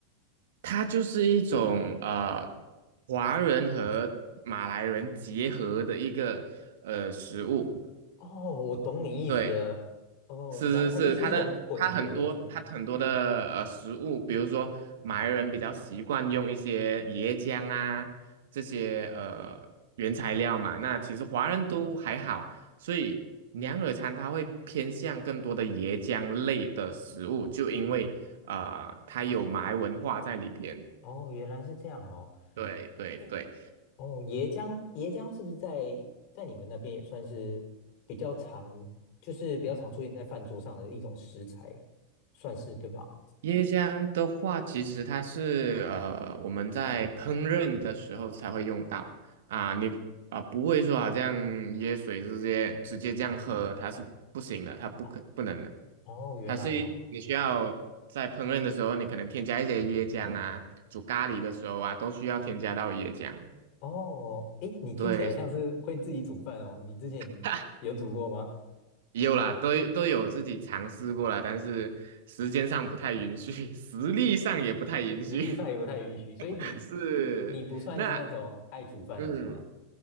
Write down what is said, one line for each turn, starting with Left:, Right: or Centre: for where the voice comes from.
Right: 它就是一种呃华人和马来人结合的一个呃食物。
Left: 哦，我懂你意思了。
Right: 对，
Left: 哦，
Right: 是是是，
Left: 反正它就是一种混合着。
Right: 他它的它很多它很多的呃食物，比如说马来人比较习惯用一些椰浆啊这些呃原材料嘛，那其实华人都还好，所以娘惹餐它会偏向更多的椰浆类的食物，就因为呃它有马来文化在里边。
Left: 哦，原来是这样哦。
Right: 对对对。
Left: 诶，哦，椰浆，椰浆是不是在在你们那边也算是比较常，就是比较常出现在饭桌上的一种食材，算是对吧？
Right: 椰浆的话，其实它是呃我们在烹饪的时候才会用到啊，你啊、不会说好像椰水直接直接这样喝，它是不行的，它不可不能的，
Left: 哦，哦，原来哦，
Right: 它是你需要在烹饪的时候，你可能添加一些椰浆啊，煮咖喱的时候啊，都需要添加到椰浆。
Left: 哦，诶，你听起来像是会自己煮饭哦。
Right: 对，
Left: 你之前有煮过吗？
Right: <laughs> 有啦，都都有自己尝试过啦，但是时间上不太允许，<laughs> 实力上也不太允许。
Left: 实力上也不太允许，所以你
Right: <laughs> 是，
Left: 你不算是那种爱煮饭的是吗？
Right: 那嗯，